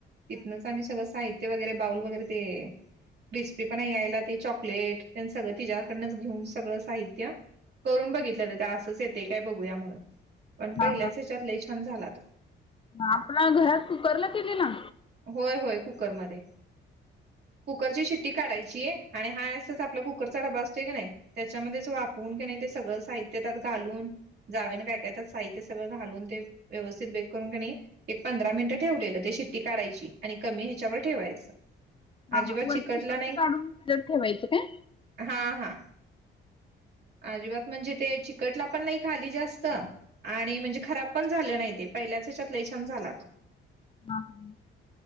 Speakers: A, on the right; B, on the left.
A: तिथनच आम्ही सगळं साहित्या ते वगैरे बाउल वगैरे ते, क्रिस्पीपणा यायला ते चॉकलेट. तेन सगळ तीज्याकडनंच घेऊन सगळं साहित्य करून बघितलं तर, त्या असंच येतय काय बघूया म्हणून पण
B: हा
A: पहिल्याच ह्याच्यात लय छान झाला तो.
B: आपल्या घरात कुकरला केलेला?
A: होय होय कुकरमध्ये, कुकरची शिट्टी काढायची आणि हाय असचं आपला कुकरचा डबा असतोय की नाही, त्याच्यामध्येच वाफ वून की नय ते सगळं साहित्य त्यात घालून, जावेनं काय काय त्यात साहित्य सगळं घालून ते व्यवस्थित बेक करून क नई एक पंधरा मिनिटं ठेवलेलं ते शि ट्टी काढायची आणि कमी ह्याच्यावर ठेवायचं.
B: हा
A: अजिबात
B: हा, वरची
A: चिकटला
B: शिट्टी
A: नाही
B: काढून त्यांच्यात ठेवायचं काय?
A: हा हा, अजिबात म्हणजे ते चि कटला पण नाही खाली जास्त आणि म्हणजे खराब पण झालं नाही, ते पहिल्याचं हेच्यात लई छान झाला तो.
B: हा हा,